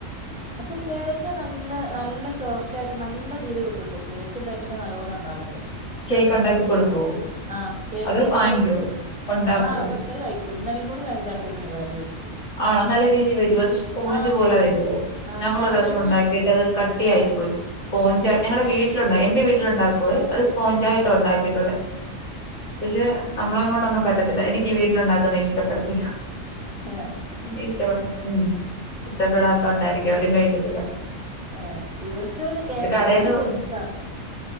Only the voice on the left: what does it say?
കേക്ക് ഉണ്ടാക്കി കൊടുക്കുവോ
അതോ
വാങ്ങിക്കുവോ
ഉണ്ടാക്കുവോ
ആണോ നല്ല രീതിൽ വരുവോ അത് സ്പോഞ്ച്
പോലെ
ഞങ്ങളൊരു
ദിസം
ഉണ്ടാക്കിട്ടത് ക ട്ടിയായി പോയി സോഞ്ച ഞങ്ങളടെ വീട്ടിലുണ്ടോ എന്റെ വീട്ട വീട്ടിലുണ്ടാക്കുവേ അത് സ്പോഞ്ചായിട്ട
ഉണ്ടാക്കിയിട്ടുള്ളത് പക്ഷെ നമ്മളെ കൊണ്ടൊന്നും പറ്റത്തി എനിക്ക് വീട്ടിലുണ്ടാക്കുന്നത് ഇഷ്ടപ്പെടത്തില്ല
ഇഷ്ടം ഉം ഇഷ്ടപ്പെടാത്തൊണ്ടായിരിക്കും അവരും കഴിക് കിട്ടില
കടേന്ന്